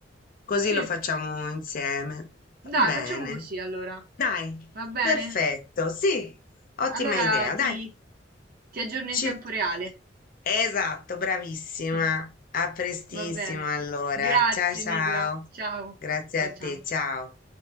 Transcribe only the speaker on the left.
così
lo facciamo insieme. Va
bene.
Dai,
perfetto, sì, ottima
idea.
Dai,
ci...
Esatto, bravissima.
A prestissimo
allora.
Ciao ciao.
Grazie
a
te, ciao.